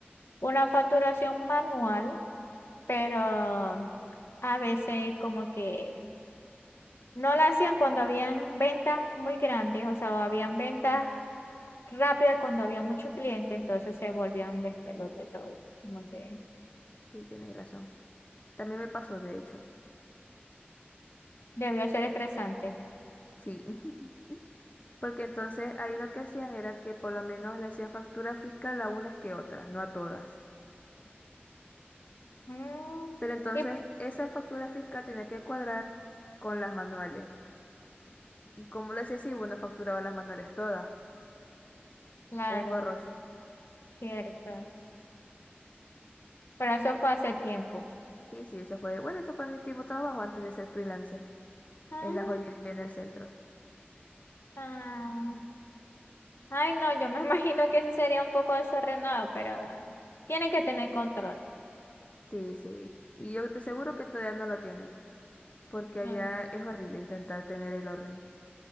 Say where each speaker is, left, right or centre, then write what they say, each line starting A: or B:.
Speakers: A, on the left (about 85°); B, on the left (about 35°).
A: una facturación manual, pero a veces como que no la hacían cuando habían ventas muy grandes, o sea, o habían ventas rápidas cuando había muchos clientes, entonces se volvía un despelote todo, como que
B: Sí, tenéis razón. También me pasó, de hecho.
A: debió ser estresante.
B: Sí, <laughs> porque entonces ahí lo que hacían era que por lo menos le hacían factura fiscal a unas que otras, no a todas.
A: Mm,
B: Pero entonces
A: y
B: esa factura fiscal tenía que cuadrar con las manuales. ¿Y como lo hacía así? Bueno, facturaba las manuales todas.
A: claro,
B: Era engorroso.
A: cierto, pero eso fue hace tiempo.
B: Sí, sí, eso fue. Bueno, eso fue mi último trabajo antes de ser freelancer
A: Ah,
B: en la joyería en el centro.
A: ah. Ay, no, yo me <laughs> imagino que eso sería un poco desordenado, pero tienen que tener control.
B: Sí, sí. Y yo te aseguro que todavía no lo tienen, porque allá
A: ¿no?
B: es horrible intentar tener el orden.